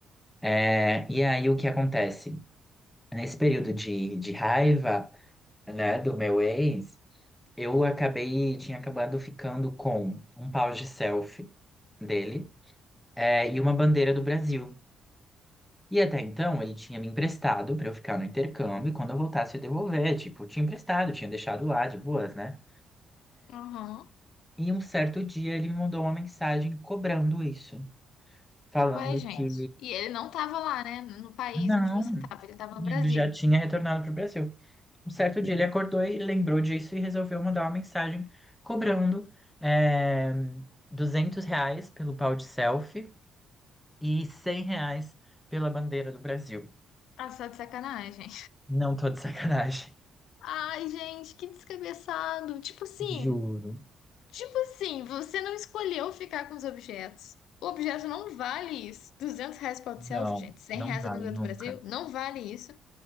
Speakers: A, in the centre; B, on the left (about 80°).
A: É, e aí o que acontece? Nesse período de, de raiva, né, do meu ex. Eu acabei, tinha acabado ficando com um pau de selfie dele, é, e uma bandeira do Brasil. E até então ele tinha me emprestado pra eu ficar no intercâmbio e quando eu voltasse eu devolver. Tipo, eu tinha emprestado, tinha deixado lá de boas, né?
B: Aham.
A: E um certo dia ele me mandou uma mensagem cobrando isso, falando
B: Ué, gente.
A: que
B: E ele não tava lá, né? No país
A: não,
B: onde você tava, ele tava no Brasil.
A: ele já tinha retornado pro Brasil. Um certo dia ele acordou e lembrou disso e resolveu mandar uma mensagem cobrando eh, 200 reais pelo pau de selfie e 100 reais pela bandeira do Brasil.
B: Ah, só de sacanagem.
A: Não tô de sacanagem.
B: Ai, gente, que descabeçado. Tipo assim,
A: Juro.
B: tipo assim, você não escolheu ficar com os objetos. O objeto não vale isso. duzentos reais para o selfie,
A: Não,
B: gente. cem
A: não
B: reais
A: vai
B: a bandeira
A: nunca.
B: do Brasil, não vale isso.